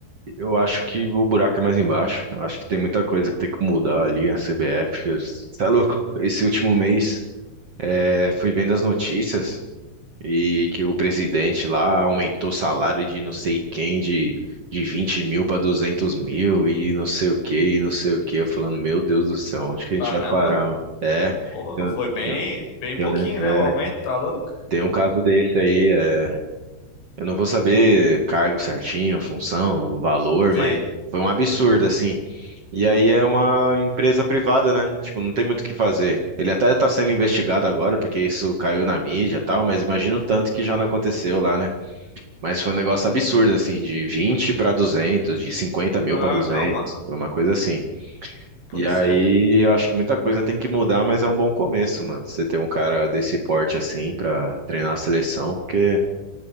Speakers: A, on the right; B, on the left.
A: eu acho que o buraco é mais embaixo. Eu acho que tem muita coisa que tem que mudar ali, a CBF. Você é louco? Esse último mês, é, fui vendo as notícias. e que o presidente lá aumentou o salário de não sei quem, de, de 20 mil para 200 mil e não sei o que, e não sei o que. Eu falando, meu Deus do céu, onde que a gente
B: Caramba.
A: vai parar, mano? É,
B: Ô,
A: tem,
B: foi
A: um,
B: bem,
A: tem, um,
B: bem
A: tem,
B: pouquinho,
A: um ne- é,
B: né? O aumento, tá louco?
A: tem um caso desse aí, é, eu não vou saber cargo certinho, função, valor,
B: Sei.
A: mas foi um absurdo, assim. E aí é uma empresa privada, né? Tipo, não tem muito o que fazer. Ele até tá sendo investigado agora, porque isso caiu na mídia e tal, mas imagina o tanto que já não aconteceu lá, né? Mas foi um negócio absurdo, assim, de 20 para 200 de cinquenta mil
B: Ah,
A: para 200
B: não, mano.
A: foi uma coisa assim.
B: Pois
A: E aí
B: é.
A: eu acho que muita coisa tem que mudar, mas é um bom começo, mano. Você ter um cara desse porte, assim, pra treinar a seleção, porque.